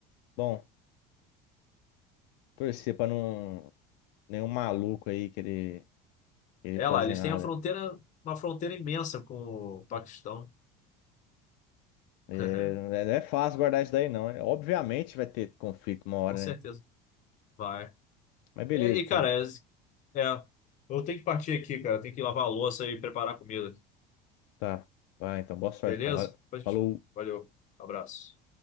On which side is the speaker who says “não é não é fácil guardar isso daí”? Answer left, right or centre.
Left